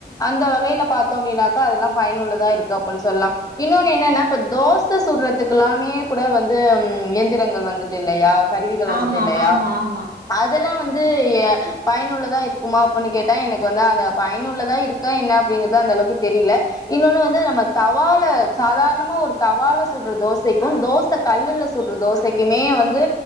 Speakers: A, on the left; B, on the right.
A: அந்த வேலை பாத்தோ அப்டின்னாக்கா அதெல்லா பயனுள்ளதா இருக்கு அப்டின்னு சொல்லலா இன்னொன்னு என்னன்னா இப்ப தோச சுடுறதுக்கு எல்லாமே கூட வந்து எந்திரங்கள் வந்துட்டு இல்லயா கருவிகள் வந்துட்டு
B: ஆமா
A: இல்லயா
B: ஆமா ஆமா
A: அதெல்லா வந்து பயனுள்ளதா இருக்குமா அப்ன்னு கேட்டா எனக்கு வந்து அந்த பயனுள்ளது இருக்க என்ன அப்டிங்கறது அந்தளவுக்கு தெரியல இன்னொனு வந்து நம்ம தவால சாதாரணமா ஒரு தவால சுடுற தோசைக்கு தோச கல்லுல சுடுற தோசைக்குமே வந்து